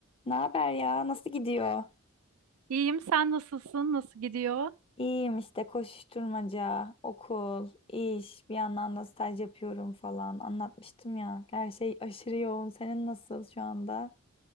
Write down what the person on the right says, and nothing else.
İyiyim, sen nasılsın? Nasıl gidiyor?